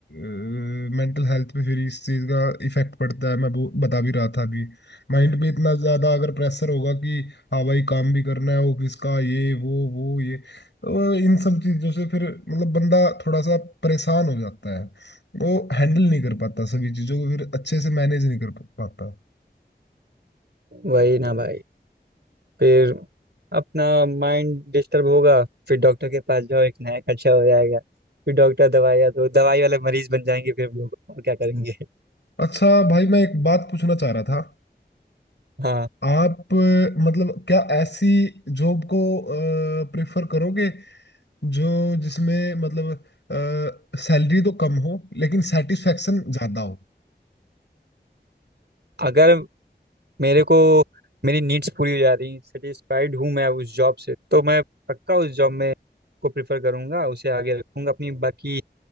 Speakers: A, on the left; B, on the right.
A: मेंटल हेल्थ पे फिर इस चीज का इफेक्ट पड़ता है मैं वो बता भी रहा था अभी माइंड पे इतना ज्यादा अगर प्रेशर होगा कि हाँ भाई काम भी करना है ऑफिस का ये वो वो ये तो इन सब चीजों से फिर मतलब बंदा थोड़ा सा परेशान हो जाता है वो हैंडल नहीं कर पाता सभी चीजों को फिर अच्छे से मैनेज नहीं कर पाता
B: वही ना भाई फिर अपना माइंड डिस्टर्ब होगा फिर डॉक्टर के पास जाओ एक नया खर्चा हो जाएगा फिर डॉक्टर दवाइयाँ तो दवाई वाले मरीज बन जाएंगे फिर लोग और क्या करेंगे
A: अच्छा भाई मैं एक बात पूछना चाह रहा था
B: हाँ
A: आप अ, मतलब क्या ऐसी जॉब को प्रेफर करोगे जो जिसमें मतलब सैलरी तो कम हो लेकिन सेटिस्फेक्शन ज्यादा हो
B: अगर मेरे को मेरी नीड्स पूरी हो जा रही सेटिस्फाइड हूँ मैं उस जॉब से तो मैं पक्का उस जॉब में को प्रिफर करूँगा उसे आगे रखूँगा अपनी बाकी